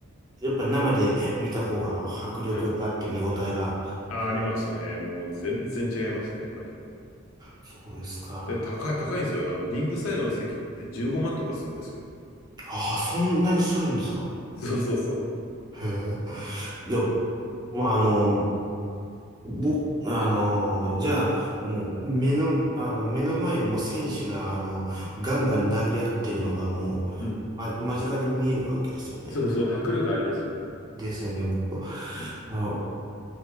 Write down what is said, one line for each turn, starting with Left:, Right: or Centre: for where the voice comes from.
Right: やっぱ生で見た方が迫力があって見応えがある。
Left: うん。あ、ありますね。もう全然違いますね、やっぱり。
Right: そうですか。
Left: で、高い、高いんですよ。あの、リングサイドの席って15万とかするんですよ。
Right: ああ、そんなにするんですか。
Left: そうそうそ
Right: へえ。いや、まあ、あの、僕、あの、じゃあ、もう、目の、あの、目の前でもう選手が、あの、ガンガン殴り合ってるのが、もう、
Left: う。うん。
Right: ま、間近で見えるわけですよね。
Left: そうそう、迫力ありますよね。
Right: ですよね。ぼ
Left: うん。
Right: あ、